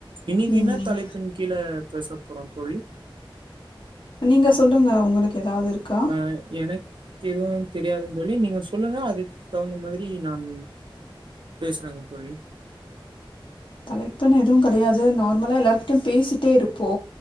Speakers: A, on the right (about 60°); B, on the left (about 65°).
A: இன்னைக்கு என்ன
B: ம்
A: தலைப்பின் கீழ பேச‌போறம் தோழி
B: நீங்க சொல்லுங்க உங்குளுக் எதாவுது இருக்கா
A: அ எனக்கு எதுவும் தெரியாதுன் தோழி நீங்க சொல்லுங்க அது தகுந்த மாதிரி நான் பேசுறங் தோழி
B: தலைப்புன்னு எதுவும் கிடையாது நார்மலா எல்லாரரு்கிட்டயும் பேசிட்டே இருப்போ